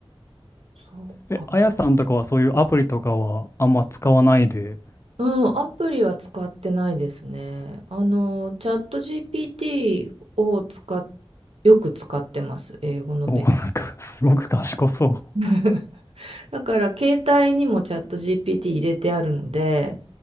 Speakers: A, on the right; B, on the left.
A: う。そうか。
B: え、あやさんとかはそういうアプリとかはあんま使わないで、
A: うん、アプリは使ってないですね。あの、チャット GPT を使っ、よく使ってます。英語の勉強
B: お、なんかすごく賢そう。
A: <laughs> だから、携帯にもチャット GPT 入れてあるので、